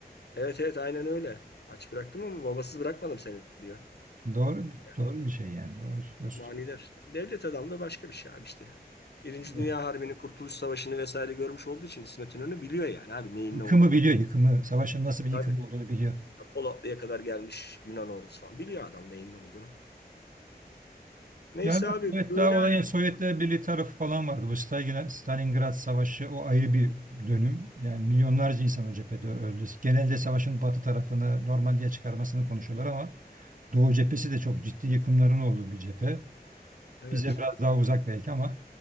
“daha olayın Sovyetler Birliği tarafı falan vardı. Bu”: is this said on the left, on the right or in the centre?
Right